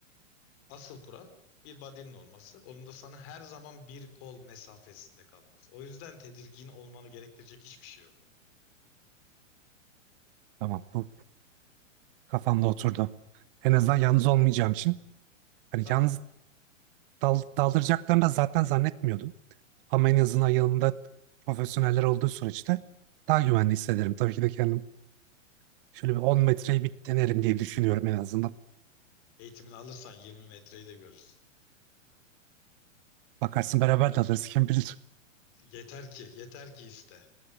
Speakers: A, on the left; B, on the right.
A: Asıl kural bir body'nin olması. Onun da sana her zaman bir kol mesafesinde kalması. O yüzden tedirgin olmanı gerektirecek hiçbir şey yok.
B: tamam bu kafamda oturdu. En azından yalnız olmayacağım için. Hani
A: Tabii.
B: yalnız dal, daldıracaklarını da zaten zannetmiyordum. Ama en azından yanımda profesyoneller olduğu süreçte daha güvende hissederim. Tabii ki de kendim şöyle bir 10 metreyi bir denerim diye düşünüyorum en azından.
A: Eğitimini alırsan 20 metreyi de görürsün.
B: Bakarsın beraber dalırız kim bilir.
A: Yeter ki, yeter ki iste.